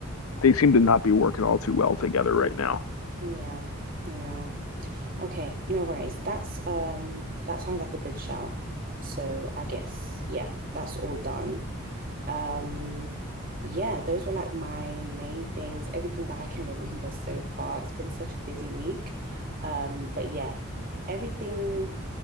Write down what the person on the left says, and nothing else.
they seem to not be working all too well together right now.